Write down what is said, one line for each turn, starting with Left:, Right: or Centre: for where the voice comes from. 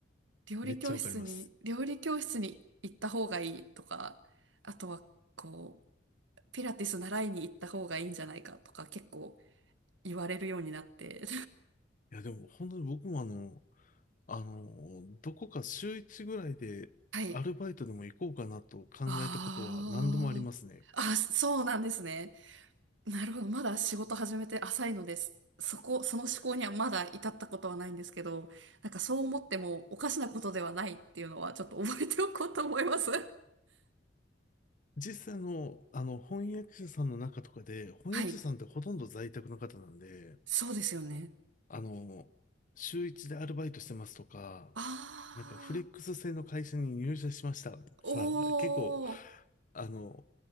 Right: 料理教室に、
Left: めっちゃわかります。
Right: 料理教室に行った方がいいとか、あとは、こう、ピラティス習いに行った方がいいんじゃないかとか結構言われるようになって、
Left: いや、でも本当に僕もあの、あの、どこか週一ぐらいでアルバイトでも行こうかなと考えたことは何度もありますね。
Right: <laughs> はい。ああ。あ、そうなんですね。なるほど。まだ仕事始めて浅いのです。そこ、その思考にはまだ至ったことはないんですけど、なんかそう思ってもおかしなことではないっていうのはちょっと覚えておこうと思います。
Left: 実際の、あの、翻訳者さんの中とかで、翻訳者さんってほとんど在宅の方なんで、
Right: はい。そうですよね。
Left: あの、週一でアルバイトしてますとか、
Right: あ
Left: なんかフレックス制の会社に入社しましたとか、
Right: あ。おー。
Left: 結構、あの、